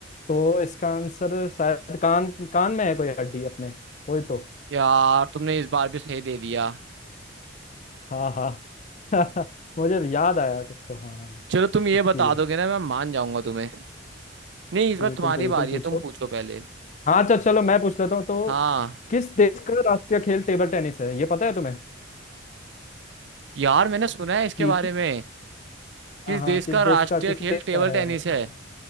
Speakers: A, on the left (about 35°); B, on the right (about 60°).
A: तो इसका आंसर शायद कान कान में है कोई हड्डी अपने कोई तो
B: यार तुमने इस बार भी सही दे दिया
A: हाँ हाँ <laughs> मुझे याद आया कुछ तो हाँ हाँ
B: चलो तुम ये
A: इसीलिए
B: बता दोगे ना मैं मान जाऊंगा तुम्हें नहीं इस बार
A: बिल्कुल
B: तुम्हारी
A: बिल्कुल
B: बारी है
A: पूछो
B: तुम पूछो पहले
A: हाँ अच्छा चलो मैं पूछ लेता हूँ तो
B: हाँ
A: किस देश का राष्ट्रीय खेल टेबल टेनिस है ये पता है तुम्हें
B: यार मैंने सुना है इसके
A: कि
B: बारे में कि
A: हाँ
B: इस
A: हाँ
B: देश का
A: किस देश
B: राष्ट्रीय
A: का किसी
B: खेल
A: देश
B: टेबल
A: का है
B: टेनिस
A: राष्ट्रीय
B: है
A: खेल?
B: यार